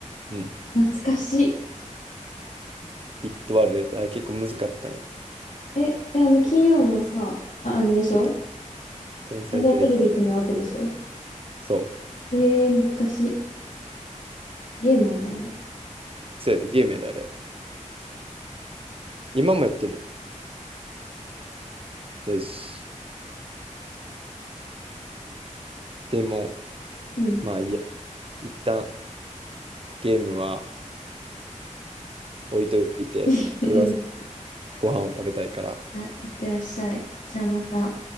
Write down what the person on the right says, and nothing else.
うん。
ビットワールドやってたあれ結構難かったんや。
そう、て天才テレビ。
そう。
そうやで、ゲームやであれ。今もやってる。よし。でも、
まあいいや。一旦ゲームは置いといて、
俺はご飯を食べたいから。